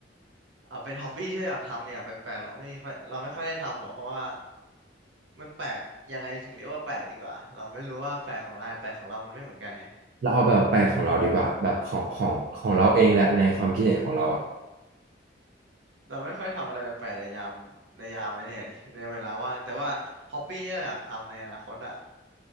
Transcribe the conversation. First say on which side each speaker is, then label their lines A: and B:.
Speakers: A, on the right (about 80°); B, on the right (about 60°).
A: เอาเป็นฮ็อบบี้ที่เราอยากทำเนี่ยแปลกๆเราไม่มีค่อยเราไม่ค่อยได้ทำหรอกเพราะว่ามันแปลกยังไงถึงเรียกว่าแปลกดีกว่าเราไม่รู้ว่าแปลกของนายแปลกของเรามันไม่เหมือนกันไง
B: เราเอาแบบแปลกของเราดีกว่าแบบของของของเราเองแหละในความคิดเห็นของเราอ่ะ
A: เราไม่ค่อยทำอะไรแปลกๆในยามในยามไอ้เนี่ยดิในเวลาว่างแต่ว่าฮ็อบบี้ที่เราอยากทำในอนาคตอะ